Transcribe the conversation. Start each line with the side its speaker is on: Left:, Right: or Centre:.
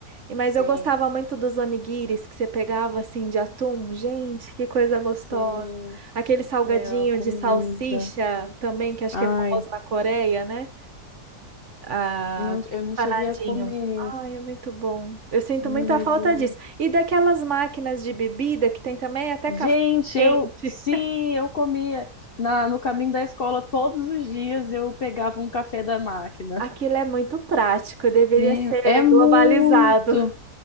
Right: E mas
Left: sim.
Right: eu gostava muito dos onigiris que você pegava assim de atum. Gente, que coisa gostosa.
Left: Sim.
Right: Aquele salgadinho
Left: Meu, comida.
Right: de salsicha também, que acho
Left: Ai.
Right: que é famoso na Coreia, né? Ah,
Left: Não,
Right: aquele
Left: eu não
Right: empanadinho.
Left: cheguei a comer.
Right: Ai, é muito bom. Eu sinto
Left: Meu,
Right: muita
Left: mas
Right: falta
Left: eu.
Right: disso. E daquelas máquinas de bebida que tem também até
Left: Gente,
Right: café quente.
Left: eu. Sim, eu comia. Na, no caminho da escola, todos os dias eu pegava um café da máquina.
Right: Aquilo é muito prático, deveria
Left: Meu,
Right: ser
Left: é muito.
Right: globalizado. <laughs>